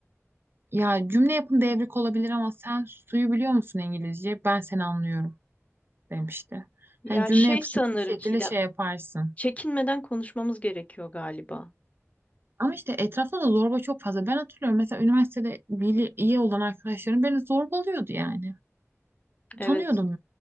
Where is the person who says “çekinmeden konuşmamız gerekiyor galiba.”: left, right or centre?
Left